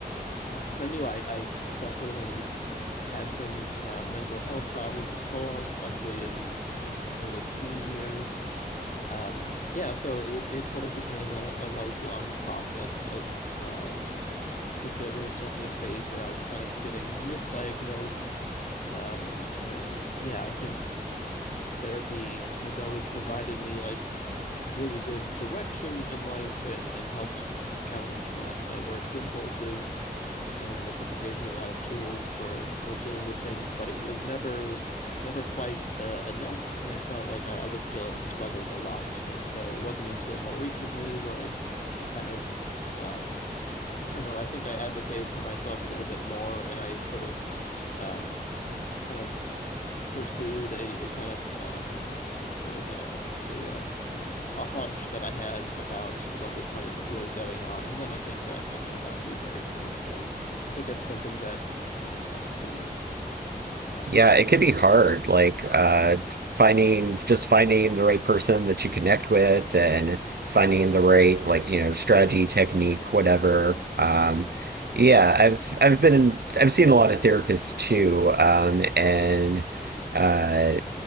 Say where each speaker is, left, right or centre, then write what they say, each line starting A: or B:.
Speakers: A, on the left (about 55°); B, on the right (about 80°).
A: because um, I knew I I definitely had some uh, mental health problems before, especially in I think early teen years. Um, yeah, so it, it sort of became a, a lifelong process. I've uh, I think there there was definitely a phase where I was kind of getting misdiagnosed. Um, and yeah, I think therapy has always provided me like really good direction in life and and helped challenge my my worst impulses and I think it gave me a lot of tools for for dealing with things, but it was never never quite uh, enough, and I felt like I, I was still struggling a lot. And so it wasn't until more recently where I I kind of um, I don't know. I think I advocated for myself a little bit more, and I sort of um, kind of pursued a, a kind of uh, sort of a I'd say a a hunch that I had about what might have been really going on, and then I think that that turned out to be very true. So I think it's something that you know you have to be um,
B: Yeah,
A: you
B: it
A: have to
B: could
A: be
B: be
A: a little
B: hard,
A: bit built.
B: like uh,
A: Yeah.
B: finding just finding the right person that you connect with and finding the right like you know strategy, technique, whatever. Um, yeah, I've I've been in, I've seen a lot of therapists too, um, and uh,